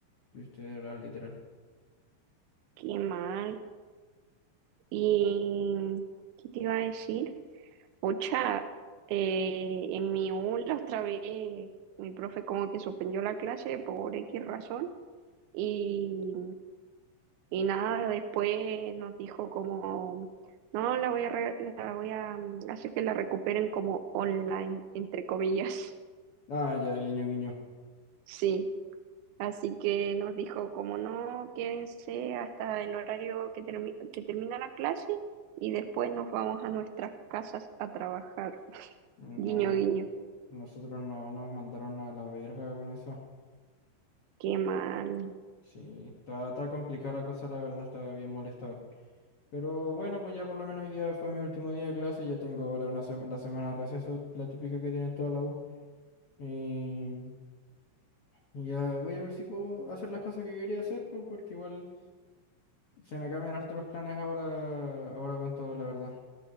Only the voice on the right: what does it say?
Qué mal. ¿Y qué te iba a decir? Pucha, eh, en mi U la otra vez mi profe como que suspendió la clase por X razón y, y nada, después nos dijo como, no, la voy a, re- la voy a mm, hacer que la recuperen como online, entre comillas. <laughs>
Sí, así que nos dijo como, no, quédense hasta el horario que, termi- que termina la clase y después nos vamos a nuestras casas a trabajar.
Guiño, guiño,
qué mal.